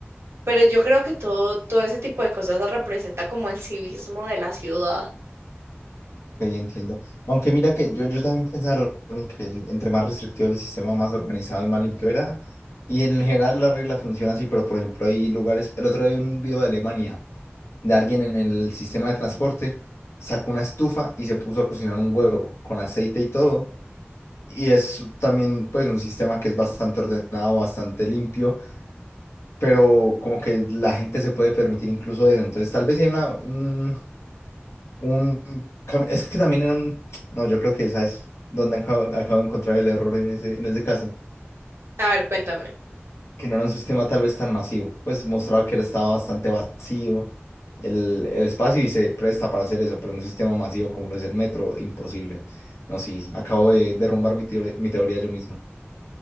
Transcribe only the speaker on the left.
Ok, entiendo. Aunque mira que yo, yo también pensaba en que el- entre más restrictivo el sistema, más organizado y más limpio era. Y en general la regla funciona así, pero por ejemplo hay lugares, el otro día vi un video de Alemania, de alguien en el sistema de transporte, sacó una estufa y se puso a cocinar un huevo con aceite y todo. Y es también pues un sistema que es bastante ordenado, bastante limpio, pero como que la gente se puede permitir incluso eso. Entonces tal vez sí hay una, un, un cami- Es que también era un... No, yo creo que esa es donde acabo, acabo de encontrar el error en ese, en ese caso,
que no era un sistema tal vez tan masivo, pues mostraba que estaba bastante vacío el, el espacio y se presta para hacer eso, pero en un sistema masivo como lo es el metro, imposible. No, sí, acabo de derrumbar mi teoría, mi teoría yo mismo.